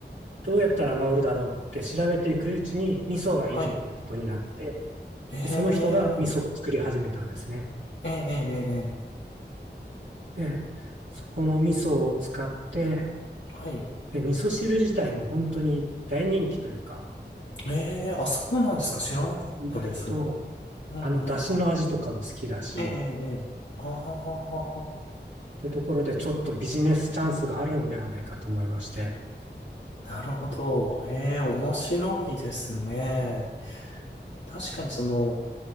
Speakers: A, on the right; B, on the left.
A: どうやったら治るだろうって調べていくうちに味噌がいいぞってことになって、
B: はい。ええ。
A: で、その人が味噌を作り始めたんですね。
B: ええ、ええ、ええ、
A: で、そこの味噌を使って、
B: はい。
A: で、味噌汁自体も本当に大人気というか、
B: ええ、あ、そうなんですか。知らなかったです。
A: 意外と
B: うんうん。
A: あの出汁の味とかも好きだし、
B: ええ、ええ、ええあ
A: ってところでちょっとビジネスチャンスがあるのではないかと思いまして、
B: あ、なるほど。ええ、面白いですね。確かにその、